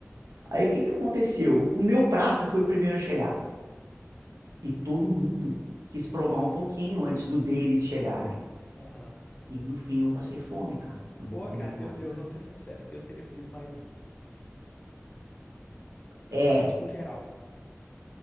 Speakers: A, on the right; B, on the left.
A: Aí o que que aconteceu? O meu prato foi o primeiro a chegar e
B: Uhum,
A: todo mundo quis provar um pouquinho antes do deles chegarem.
B: aham.
A: E no fim eu passei fome, cara. Eu
B: Pô,
A: não comi
B: cara,
A: quase
B: eu, eu
A: nada.
B: vou ser sincero, eu teria pedido mais um. E
A: É,
B: divide com geral.